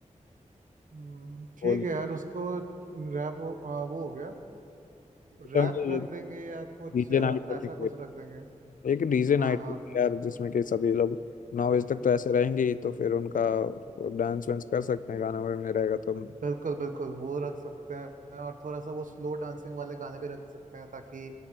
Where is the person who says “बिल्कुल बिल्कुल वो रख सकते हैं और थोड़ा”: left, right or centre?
Right